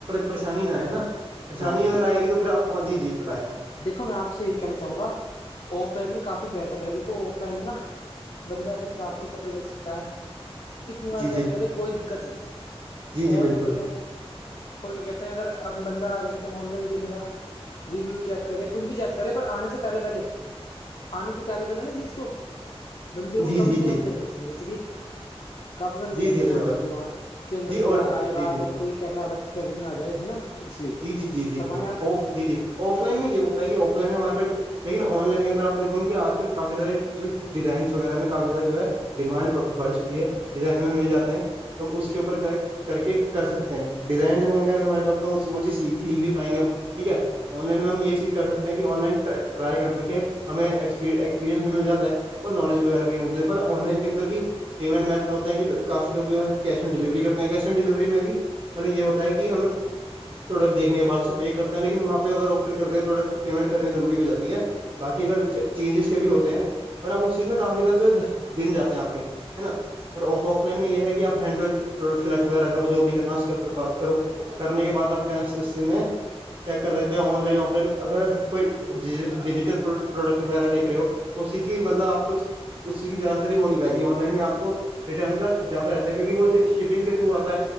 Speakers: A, on the right; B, on the left.
A: پریشانی نا آیے نا پریشانی
B: ہاں
A: اگر آئے گی تو پھر آپ جی جی بتائیں
B: دیکو میں آپ سے یہ کہنا چاہوں گا آف لائن میں کافی بیٹر ہے دھو آف لائن میں نا بندہ اپنے حساب کے کپڑے لے سکتا ہے کتنی بار
A: جی
B: چیک
A: جی
B: کرے کوئی دقت نہیں
A: جی جی
B: اور
A: بالکل
B: کیا کہتے ہیں اور کیا کہتے ہیں اگر بندہ کیا کہتے آن لائن دیکھیں گا ریویو چیک کرے کچھ بھی چیک کرے پر آنے سے پہلے پہلے انے سے پہلے پہلے سیکھ کو بندے کو
A: جی
B: کم
A: جی
B: سے
A: جی
B: کم دیکھنا چاہیے جیسے کہ کافی بندے
A: جی
B: کے اندر
A: جی بالکل
B: وہ رہتا دماغ کے اندر
A: جی
B: کہ یار
A: اور
B: آئے
A: جی
B: گا
A: جی
B: تو کوئی کیسا الگ فیبرک نہ آ جائے ہے نا اس لیے
A: جی جی جی جی
B: فرمائیں
A: بالکل
B: آپ
A: جی جی آف لائن میں یہ بتائیے آف لائن میں ہمارے پٹ لیکن آن لائن کے اندر آپ نے کیونکہ آج کل کافی سارے جو ڈیزائنس وغیرہ میں کافی سارہ جو ہے ڈیمانڈ بڑھ چکی ہے ڈیزائن میں مل جاتے ہیں تو ہم اس کے اوپر کر کے کر سکتے ہیں ڈیزائن جو ہوں گے اگر ہمارے پاس تو وہ چی سیک سیکھ بھی پائیں گے ہم ٹھیک ہے آن لائن میں ہم یہ چیز کر سکتے ہیں کہ آن لائن ٹرائی کرنے کے ہمیں ایکسپیرئنس بھی مل جاتا ہے اور نالج وغیرہ بھی نہیں ہو چاہیے پر آن لائن کے اندر بھی پیمنٹ میتھڈ ہوتے گی کافی لوگ جو ڈلیوری کرتے ہیں ک میں بھی ملب یہ ہوتا ہے کہ ہم پروڈکٹ دیکنے کے بع اس پے کرتے ہیں لیکن وہاں پہ اگر اوپن کر د پروڈکٹ تو پیمنٹ کرنی روری ہو جی ہے باقی اگر چینجز کے بھی ہوتے ہیں اور آپ اس چیز میں کافی زیادہ جو دن جاتے ہیں آپ کے ہے نا اور آف لائن میں یہ ہے کہ آ ہینڈ ٹو ہین فٹ وغیرہ کرو جو بھی کرنا ہے اس کے اوپر بات کرو کرنے کے بعد آپ کہاں اس دن میں چیک کر سکتے ہیں آن لائن آف لائن اگر کوئی ڈیجیٹل پروڈکٹ وغیرہ دیکھ رہے ہو تو سیکھی بندہ اپ کو سی کی جانکاری ہونی بھائی ان لائن میں اپ کو ریٹرن کا زیادہ رہتا ہے کیونکہ وہ جو شپنگ کے تھرو اتا ہے